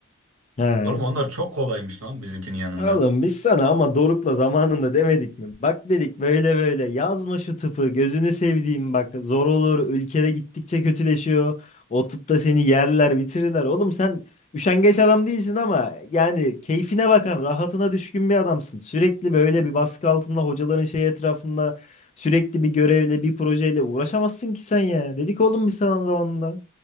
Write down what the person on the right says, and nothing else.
Oğlum onlar çok kolaymış lan bizimkinin yanında.